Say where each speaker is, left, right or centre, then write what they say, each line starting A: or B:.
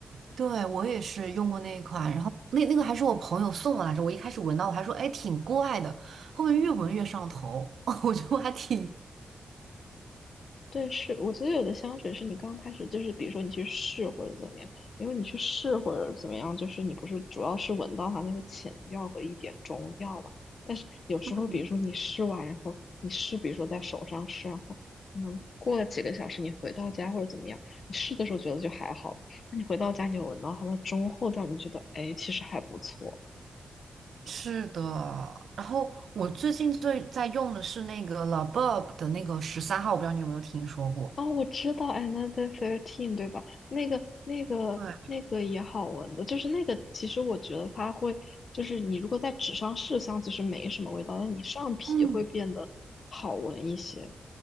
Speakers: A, on the right; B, on the left.
A: 对，我也是用过那一款，然后那那个还是我朋友送我来着，我一开始闻到我还说哎挺怪的，后面越闻越上头，<laughs> 我觉得我还挺
B: 对，是，我觉得有的香水是你刚开始就是，比如说你去试或者怎么样，因为你去试或者怎么样，就是你不是主要是闻到它那个前调和一点中调嘛。但是有时候，
A: 嗯
B: 比如说你试完，然后你试，比如说在手上试，然后可能过了几个小时，你回到家或者怎么样，你试的时候觉得就还好，那你回到家你有闻到它的中后调，你就觉得哎，其实还不错。
A: 是的，然后我最近最在用的是那个 Labub 的那个十三号，我不知道你有没有听说过。
B: 哦，我知道《Another Thirteen》，对吧？那个、那个、
A: 对，
B: 那个也好闻的，就是那个。其实我觉得它会，就是你如果在纸上试香，其实没什么味道，但你上皮会变得好闻一些。
A: 嗯，